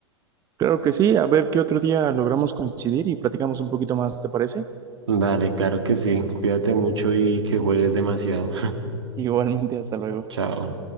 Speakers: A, on the right; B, on the right.
A: Claro que sí, a ver qué otro día logramos coincidir y platicamos un poquito más, ¿te parece?
B: Dale, claro que sí. Cuídate mucho y que juegues demasiado.
A: Igualmente, hasta luego.
B: <laughs> Chao.